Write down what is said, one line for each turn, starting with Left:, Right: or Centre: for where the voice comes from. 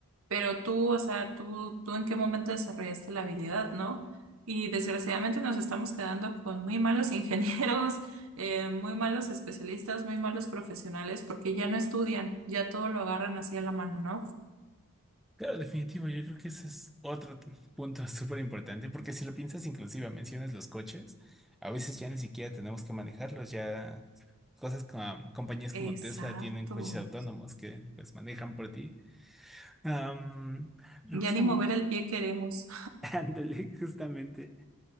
Right: pero tú, o sea, tú, tú en qué momento desarrollaste la habilidad, ¿no? Y desgraciadamente nos estamos quedando con muy malos ingenieros, <laughs> eh, muy malos especialistas, muy malos profesionales porque ya no estudian, ya todo lo agarran así a la mano, ¿no?
Centre: Claro, definitivo, yo creo que ese es otro t- punto <laughs> súper importante, porque si lo piensas, inclusive mencionas los coches, a veces ya ni siquiera tenemos que manejarlos, ya cosas como compañías
Right: Exacto.
Centre: como Tesla tienen coches autónomos que pues manejan por ti. Am, pero
Right: Ya
Centre: justamente,
Right: ni mover el pie queremos.
Centre: <laughs> ándale, justamente.